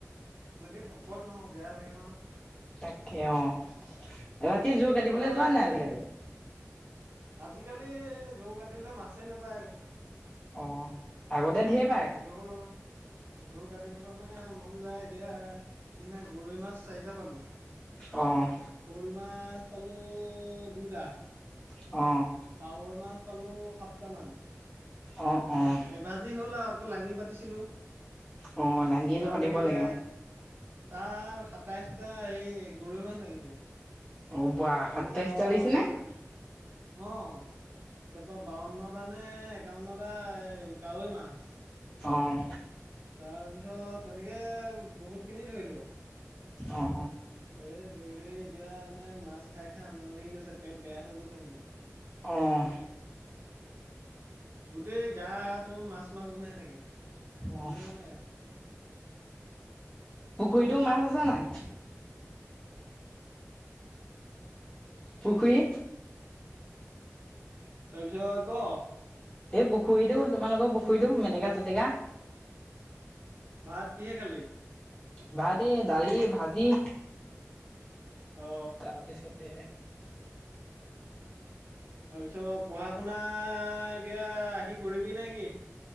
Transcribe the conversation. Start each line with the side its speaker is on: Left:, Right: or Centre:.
Right: যদি শকত নহওঁ বেয়া লাগে নহয়।
Left: তাকে অ' ৰাতি জোৰ কাটিবলৈ
Right: তহঁতৰ
Left: যোৱা নাই
Right: এই
Left: আজিকালি।
Right: আজিকালি যোৰ কাটিলে মাছেই নাপায় আকৌ
Left: অ' আগতে ধেৰ
Right: জোৰ জোৰ কাটিবলৈ মানে মন যায় এতিয়া সেইদিনা গৰৈ মাছ চাৰিটা পালোঁ।
Left: অ'
Right: শ'ল মাছ পালোঁ দুটা
Left: অ'
Right: কাৱৈ মাছ পালোঁ সাতটামান
Left: অ' অ'
Right: এভাজি হ'ল আৰু আকৌ লাঙি পাতিছিলোঁ।
Left: অ' লাঙিটো
Right: তাত
Left: পাতিব
Right: লাগিলে
Left: লাগে আৰু।
Right: তাত সাতাইছটা হে গৰৈ মাছ লাগিছে। <unintelligible>
Left: অ' বা সাতাইশটা লাগিছেনে?
Right: অঁ তাৰপৰা বাৱন্নটা নে এক কাৰণত এটা এই কাৱৈ মাছ।
Left: অঁ।
Right: তাৰপিছত এনেকে বহুত খিনি ধৰিলো।
Left: অ অ।
Right: এই ধৰি ধৰি এতিয়া মানে মাছ খাই খাই আমনি লাগি গৈছে পেট বেয়া হৈ গৈছে মোৰ।
Left: অঁ।
Right: গোটেই গাটো মাছ মাছ গোন্ধাই থাকে
Left: অ'
Right: মনে মনে।
Left: পুখুৰীতো মাছ আছে নাই? পুখুৰী
Right: তাৰপিছত ক'
Left: এই পুখুৰীটো তোমালোকৰ পুখুৰীতটো মেটেকা চেটেকা
Right: ভাত কিহে খালি?
Left: ভাত এ দালি, ভাজি।
Right: অ
Left: তাৰপিছতে
Right: তাৰপিছত পঢ়া শুনা এতিয়া আহি কৰিবি নে কি?